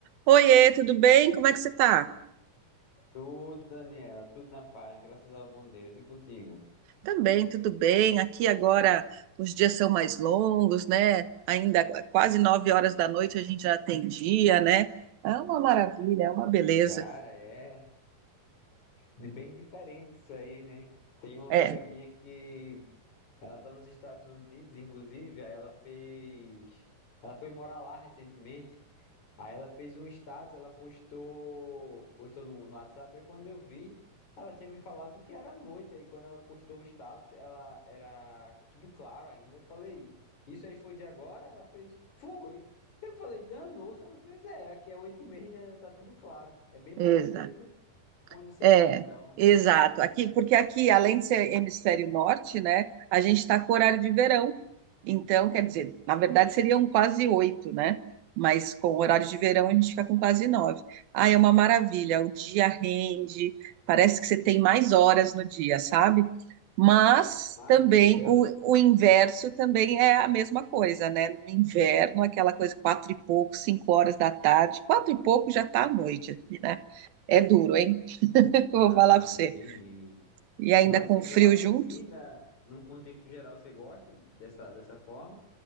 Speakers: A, on the right (about 90°); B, on the left (about 55°).
A: Oiê, tudo bem? Como é que você tá?
B: Tudo, Daniela, tudo na paz, graças ao bom Deus e contigo.
A: Também, tudo bem. Aqui agora os dias são mais longos, né? Ainda quase nove horas da noite a gente já tem dia, né? É uma maravilha, é uma beleza.
B: Cara, é de bem diferente isso aí, né? Tem uma amiga
A: É,
B: minha que ela tá nos Estados Unidos, inclusive, aí ela fez, ela foi morar lá recentemente Aí ela fez um status, ela postou, postou no, no WhatsApp, aí quando eu vi, ela tinha me falado que era noite, aí quando ela postou o status, ela era tudo claro ainda. Eu falei, isso aí foi de agora? Ela fez, foi. Eu falei, danou-se, ela fez, é, aqui é oito e meia, né, ainda tá tudo claro. É bem
A: exato.
B: parecido aí com onde você
A: É,
B: tá, então.
A: exato. Aqui, porque aqui, além de ser hemisfério norte, né, a gente está com horário de verão. Então, quer dizer, na verdade seriam quase oito, né? Mas com o horário de verão a gente fica com quase nove. Ah, é uma maravilha. O dia rende, parece que você tem mais horas no dia, sabe? Mas
B: Imagino.
A: também o, o inverso também é a mesma coisa, né? No inverno, aquela coisa quatro e pouco, cinco horas da tarde, quatro e pouco já está à noite aqui, né? É duro, hein? <laughs> Vou
B: Ah,
A: falar pra você.
B: entendi.
A: E ainda
B: Mas
A: com
B: você
A: frio
B: gosta,
A: junto?
B: assim, da, num contexto geral, você gosta dessa, dessa forma?